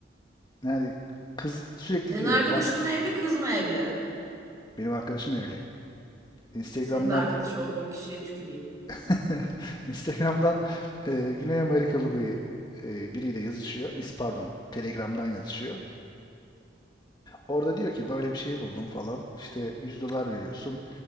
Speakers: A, on the left; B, on the right.
A: Yani kız sürekli
B: Senin
A: diyor
B: arkadaşın
A: bak
B: mı evli kız mı evli?
A: benim arkadaşım evli. Instagram'dan
B: Senin de arkadaş olduğun kişiye tüküreyim.
A: <laughs> Instagram'dan e, Güney Amerikalı bir e, biriyle yazışıyor. İs- Pardon, Telegram'dan yazışıyor. Orada diyor ki böyle bir şey buldum falan. İşte 100 dolar veriyorsun.